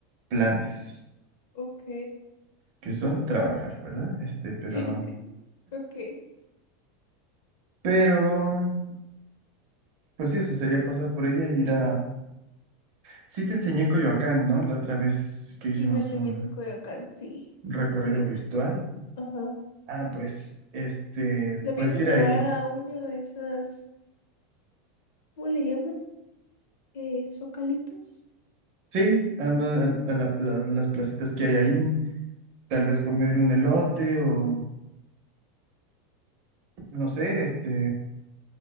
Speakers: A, on the right; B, on the left.
A: planes,
B: Ok.
A: que son trabajar, ¿verdad? Este, pero,
B: <laughs> Ok.
A: pero, pues sí, eso sería pasar por ella y ir a Sí te enseñé Coyoacán, ¿no? La otra vez que hicimos
B: Sí, me enseñaste
A: un
B: Coyoacán, sí.
A: recorrido
B: Bonito.
A: virtual.
B: Ajá.
A: Ah, pues, este,
B: ¿La piensas
A: pues ir
B: llevar
A: ahí.
B: a una de esas, ¿cómo le llaman? Eh, zocalitos.
A: Sí, a, una- a la- la- las placitas que hay ahí. Tal vez comer un elote o, no sé, este,